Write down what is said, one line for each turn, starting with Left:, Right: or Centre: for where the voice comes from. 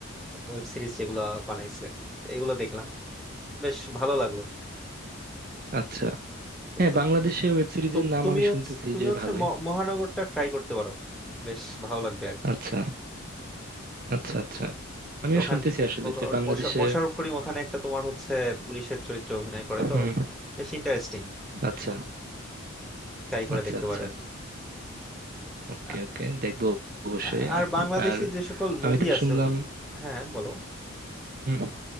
Centre: ওয়েব সিরিজ যেগুলো বানাইছে তো এগুলো দেখলাম বেশ ভালো লাগলো
Right: আচ্ছা
Centre: তো
Right: হ্যাঁ
Centre: তো-
Right: বাংলাদেশে ওয়েব সিরিজের
Centre: তু-
Right: নাম
Centre: তুমি
Right: আমি শুনতেছি
Centre: হচ্ছে তুমি
Right: যে
Centre: হচ্ছে
Right: ভালোই
Centre: ম- মহানগরটা ট্রাই করতে পারো বেশ ভালো লাগবে আর কি
Right: আচ্ছা আচ্ছা আচ্ছা আমিও
Centre: তো ওখানে
Right: শুনতেছি আসলে
Centre: ওখা-
Right: যে
Centre: ওর
Right: বাংলাদেশে
Centre: মোশা- মোশাররফ করিম ওখানে একটা তোমার হচ্ছে পুলিশের চরিত্রে অভিনয় করে তো
Right: হুম
Centre: বেশ ইন্টারেস্টিং
Right: আচ্ছা
Centre: ট্রাই করে
Right: আচ্ছা
Centre: দেখতে
Right: আচ্ছা
Centre: পারো আর কি।
Right: ওকে
Centre: আ-
Right: ওকে দেখবো অবশ্যই
Centre: আ- আর
Right: আ-
Centre: বাংলাদেশে
Right: আর
Centre: যে সকল
Right: আমি
Centre: মুভি
Right: তো
Centre: আছে
Right: শুনলাম
Centre: ও- হ্যাঁ হ্যাঁ, বলো
Right: হুম, হুম।